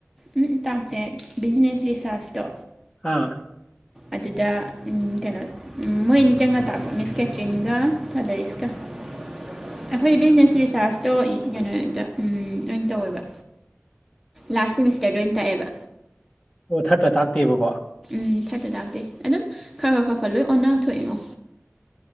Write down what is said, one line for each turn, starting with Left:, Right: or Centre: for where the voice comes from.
Centre: ꯎꯝ ꯇꯥꯛꯇꯦ ꯕꯤꯖꯤꯅꯦꯁ ꯔꯤꯁꯥ꯭ꯔꯁꯇꯣ
Left: ꯑꯥ
Centre: ꯑꯗꯨꯗ ꯀꯩꯅꯣ ꯃꯣꯏ ꯑꯅꯤ ꯆꯪꯉ ꯇꯥꯛꯄ ꯃꯤꯁ ꯀꯦꯇ꯭ꯔꯤꯟꯒ ꯁꯥꯔ ꯂꯦꯔꯤꯁꯀ <inaudible> ꯑꯩꯈꯣꯏꯒꯤ ꯕꯤꯖꯤꯅꯦꯁ ꯔꯤꯆꯥꯥꯔꯁꯇꯣ ꯀꯩꯅꯣꯗ ꯎꯝ ꯂꯣꯏ ꯇꯧꯋꯦꯕ ꯂꯥꯁ ꯁꯤꯃꯤꯁꯇꯔꯗ ꯑꯣꯏꯅ ꯇꯥꯛꯑꯦꯕ
Left: ꯑꯣ ꯊꯥꯔꯠꯇ ꯇꯥꯛꯇꯦꯕꯀꯣ
Centre: ꯎꯝ ꯊꯥꯔꯠꯇ ꯂꯥꯛꯇꯦ ꯑꯗꯨꯝ ꯈꯔ ꯈꯔ ꯈꯔ ꯈꯔ ꯂꯣꯏ ꯑꯣꯟꯅ ꯊꯣꯛꯑꯦꯉꯣ